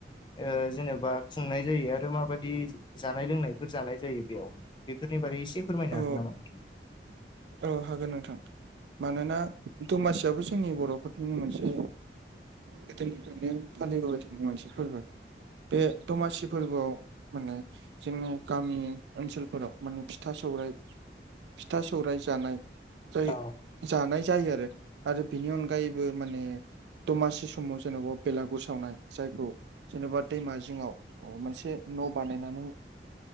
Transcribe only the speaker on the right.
औ
औ हागोन नोंथां। मानोना दमासियाबो जोंनि बर'फोरनिनो मोनसे गोदोनिफ्रायनो फालिबोबाय थानाय मोनसे फोरबो। बे दमासि फोरबोआव माने जोंनि गामि ओनसोलफोराव माने सौराय फिथा सौराय जानाय जाय
जानाय जायो आरो आरो बेनि अनगायैबो माने दमासि समाव जेन'बा बेलागुर सावनाय जायखौ जेनेबा दैमा जिङाव औ मोनसे न' बानायनानै